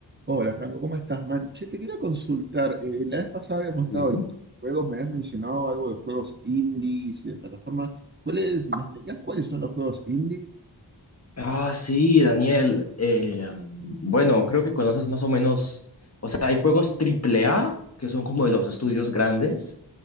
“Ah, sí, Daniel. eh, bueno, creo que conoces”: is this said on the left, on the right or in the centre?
Left